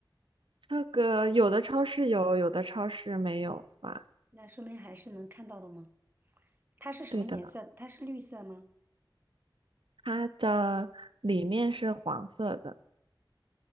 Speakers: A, on the right; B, on the right.
A: 这个有的超市有，有的超市没有吧？
B: 那说明还是能看到的吗？它是什么颜色？
A: 对的，
B: 它是绿色吗？
A: 它的里面是黄色的，